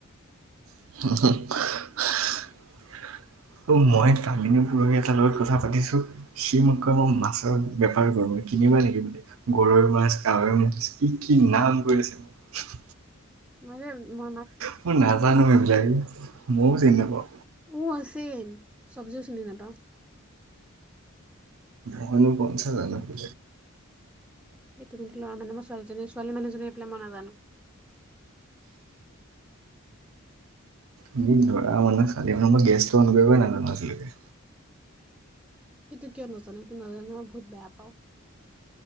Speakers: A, on the right (about 80°); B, in the centre.
A: <unintelligible>
B: <inaudible>
A: অ', মই কালি নে পৰহি এ তাৰ লগত কথা পাতিছো। সি মোক কয় মই মাছৰ বেপাৰ কৰো কিনিবা নেকি বোলে? গৰৈ মাছ, কাৱৈ মাতিছে কি কি নাম কৰিছে মোক
B: মানে মো
A: মই নাজানো এইবিলাক, ময়ো যে নাপাওঁ।
B: উম আছেই, চবজিও চিনি নাপাও।
A: মইনো কনচা জানা ব <inaudible>
B: ইতিমধ্যে লৰা কাৰণে মই ছোৱালীজনীয়ে ছোৱালীমানুহজনে পাই মই নাজানো।
A: উম, ধৰা মানে খালী মানে মই গেছটো অন কৰিবই নাজানো আজিলৈকে।
B: এইটো কিয় নাজানো, এইটো নাজানো মই বহুত বেয়া পাও।